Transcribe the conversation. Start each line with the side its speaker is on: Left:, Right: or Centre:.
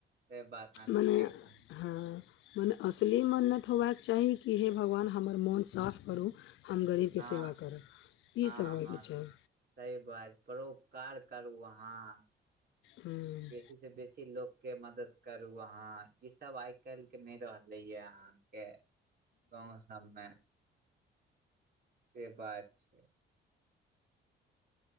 Right: से बात अहाँ
Left: माने
Right: ठीके कहै
Left: हँ मने असली मन्नत होयबाक चाही कि हे भगवान हमर मोन साफ करू हम गरीब केँ
Right: हँ
Left: सेवा करब
Right: हँ
Left: ई सब होय
Right: हँ
Left: केँ चाही
Right: सही बात परोपकार करू अहाँ
Left: हँ
Right: बेसी से बेसी लोग केँ मदद करु अहाँ इ सब आइ काइल कऽ नय रह लै यऽ अहाँकेँ गाँव सबमे से बात छै